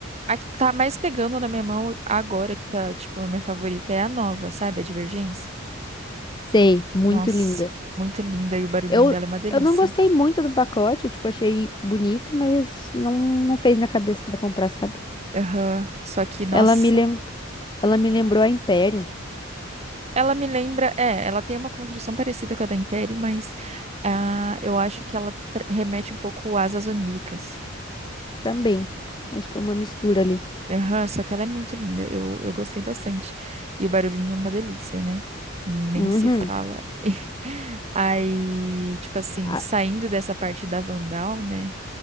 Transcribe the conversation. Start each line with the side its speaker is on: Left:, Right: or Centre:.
Right: A que tá mais pegando na minha mão agora, que tá, tipo, a minha favorita, é a nova, sabe? A Divergência.
Left: Sei, muito
Right: Nossa,
Left: linda.
Right: muito linda e o barulhinho
Left: Eu,
Right: dela é uma delícia.
Left: eu não gostei muito do pacote, eu, tipo, achei bonito, mas não, não fez minha cabeça pra comprar, sabe?
Right: Aham, Só que, nossa,
Left: Ela me lem... Ela me lembrou a Imperium
Right: ela me lembra. É, ela tem uma construção parecida com a da Império, mas ah, eu acho que ela tra- remete um pouco às asas oníricas.
Left: também. Acho que é uma mistura ali.
Right: Aham, só que ela é muito linda. Eu, eu gostei bastante. E o barulhinho é uma delícia, né? Nem
Left: Uhum.
Right: se fala. <laughs> Aí, tipo assim,
Left: Ah,
Right: saindo dessa parte da Vandal, né?